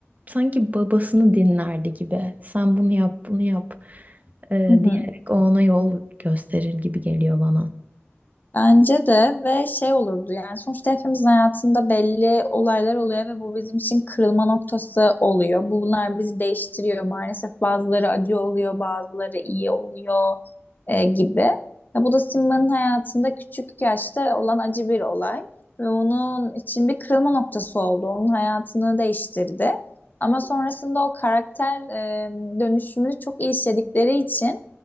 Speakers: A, on the right (about 35°); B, on the left (about 40°).
A: sanki babasını dinlerdi gibi. Sen bunu yap, bunu yap e,
B: Hı hı.
A: diyerek o ona yol gösterir gibi geliyor bana.
B: Bence de ve şey olurdu yani sonuçta hepimizin hayatında belli olaylar oluyor ve bu bizim için kırılma noktası oluyor. Bunlar bizi değiştiriyor maalesef bazıları acı oluyor bazıları iyi oluyor e, gibi. Ya bu da Simba'nın hayatında küçük yaşta olan acı bir olay ve onun için bir kırılma noktası oldu. Onun hayatını değiştirdi. Ama sonrasında o karakter e, dönüşümünü çok iyi işledikleri için